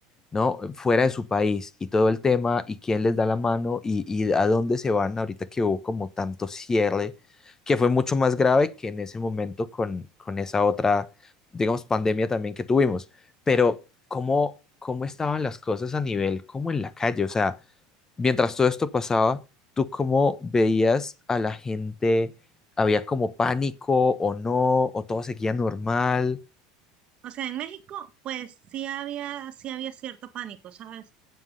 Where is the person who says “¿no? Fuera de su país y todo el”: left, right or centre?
Left